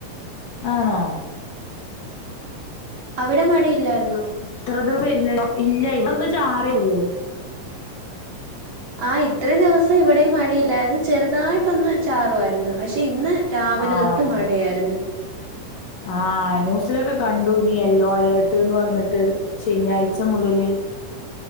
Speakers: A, on the left (about 60°); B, on the right (about 55°).
A: ആണോ
B: അവിടെ മഴ യില്ലായിരുന്നോ
A: ഇത്ര ദൂരം വരില്ലോ ഇല്ല ഇപ്പോ ഒന്ന് ചെറിയേ ഉള്ളൂ
B: ആ ഇത്രയും ദിവസം ഇവിടെയും മഴയില്ലായിരുന്നു ചെറുതായിട്ടൊന്ന് ചാറുവാ യിരുന്നു പക്ഷെ ഇന്ന് രാവിലെ
A: ആഹ്
B: തൊട്ട് മഴയായിരുന്നു
A: ആഹ് ന്യൂസിലൊക്കെ കണ്ടു ഇനി യെല്ലോ അലേർട്ട് എന്ന് പറഞ്ഞിട്ട് ശനിയാഴ്ച മുതല്